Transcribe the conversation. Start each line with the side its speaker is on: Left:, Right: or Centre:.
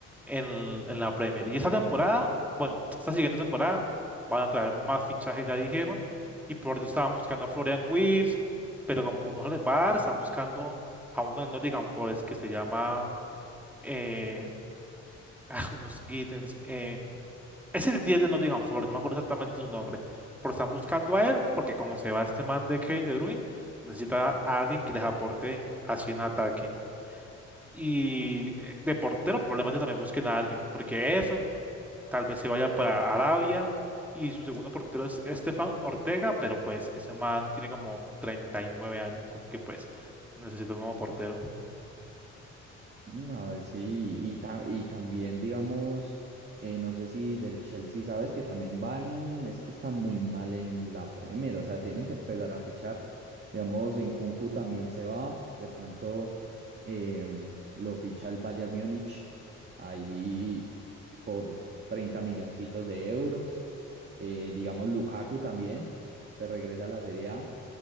Centre: en, en la Premier. Y esta temporada, bueno, esta siguiente temporada van a traer más fichajes, ya dijeron, y por eso estaban buscando a Florian Wirtz, pero como no se les va a dar, están buscando a uno del Nottingham Forest que se llama, eh, <laughs> ah, unos Gittens, eh, es el 10 del Nottingham Forest, no me acuerdo exactamente su nombre, pero están buscando a él porque como se va este man de Kevin De Bruyne, necesita a alguien que les aporte así en ataque. Y eh, de portero probablemente también busquen a alguien, porque Ederson Tal vez se vaya para Arabia. Y su segundo portero es Estefan Ortega, pero pues ese man tiene como 39 años, así que pues necesita un nuevo portero.
Right: No, eh, sí, y, ta- y también, digamos, eh, no sé si del Chelsea, sabes que también van, es que están muy mal en la Premier, o sea, tienen que empezar a fichar, digamos, en Kunku también se va, de pronto em, lo ficha el Bayern Múnich, ahí por 30 milloncitos de euros, eh, digamos, Lukaku también, se regresa a la Serie A,